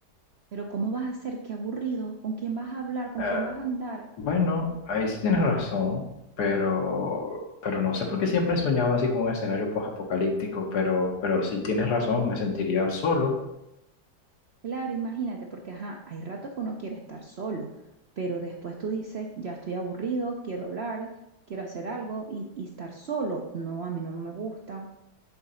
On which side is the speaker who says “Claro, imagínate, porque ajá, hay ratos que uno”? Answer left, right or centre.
Right